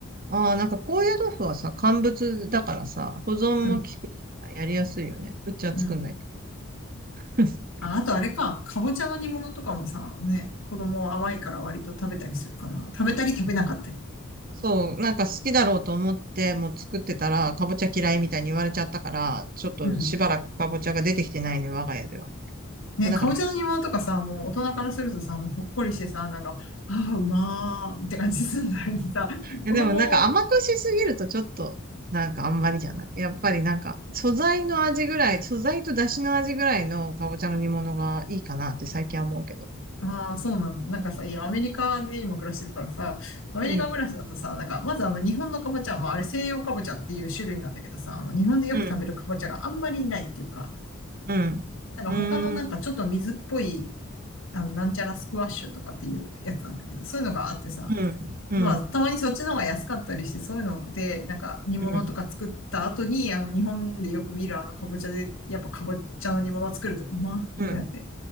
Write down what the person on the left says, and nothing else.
うん、
うん。
あ、あとあれか、かぼちゃの煮物とかもさ、ね、子供甘いから割と食べたりするかな。食べたり食べなかったり。
うん。
ね、
かぼちゃの煮物とかさ、もう大人からするとさ、もうほっこりしてさ、なんか、ああ、うまーって感じするのにさ、
子供
ああ、そうなんだ。なんかさ、いや、アメリカで今暮らしてるからさ、アメリカ暮らしだとさ、
なんか、まずあの、日本のカボチャ、まあ、あれ西洋カボチャっていう種類なんだけどさ、あの、日本でよく食べるカボチャがあんまりないっていうか、
なんか他のなんかちょっと水っぽい、
あの、なんちゃらスクワッシュとかっていうやつなんだけど、そういうのがあってさ、
まあ、たまにそっちの方が安かったりして、そういうので、なんか煮物とか作った後に、
あの、日本でよく見るあの、カボチャで、やっぱカボチャの煮物を作ると、うまーってなって、